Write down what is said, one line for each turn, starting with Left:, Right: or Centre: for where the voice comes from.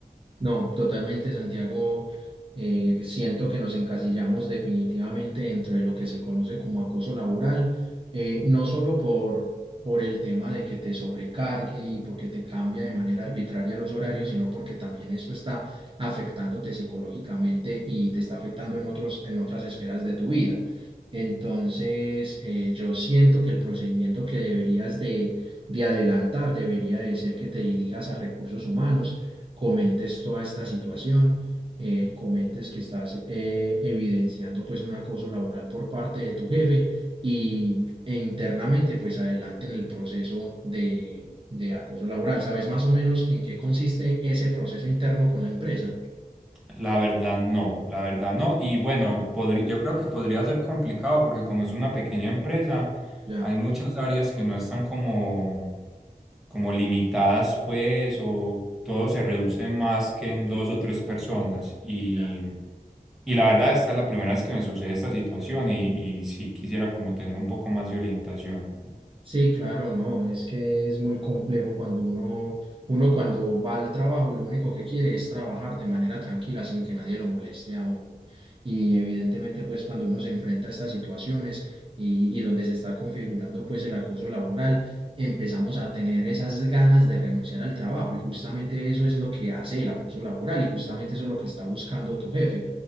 Right: No, totalmente, Santiago. eh, siento que nos encasillamos definitivamente dentro de lo que se conoce como acoso laboral, eh, no solo por, por el tema de que te sobrecargue y porque te cambia de manera arbitraria los horarios, sino porque también esto está afectándote psicológicamente y te está afectando en otros, en otras esferas de tu vida. Entonces, eh, yo siento que el procedimiento que deberías de, de adelantar debería de ser que te dirijas a recursos humanos comentes toda esta situación, eh, comentes que estás eh, evidenciando pues un acoso laboral por parte de tu jefe y, e internamente pues adelante en el proceso de, de acoso laboral. ¿Sabes más o menos en qué consiste ese proceso interno con la empresa?
Centre: La verdad no, la verdad no. Y bueno, podri- yo creo que podría ser complicado porque como es una pequeña empresa,
Right: Ya,
Centre: hay muchas áreas que no están como como limitadas, pues, o todo se reduce más que en dos o tres personas. Y,
Right: ya.
Centre: y la verdad, esta es la primera vez que me sucede esta situación y, y sí quisiera como tener un poco más de orientación.
Right: Sí, claro, no, es que es muy complejo cuando uno, uno cuando va al trabajo, lo único que quiere es trabajar de manera tranquila sin que nadie lo moleste a uno. Y evidentemente, pues cuando uno se enfrenta a estas situaciones y, y donde se está configurando pues el acoso laboral, empezamos a tener esas ganas de renunciar al trabajo y justamente eso es lo que hace el acoso laboral y justamente eso es lo que está buscando tu jefe.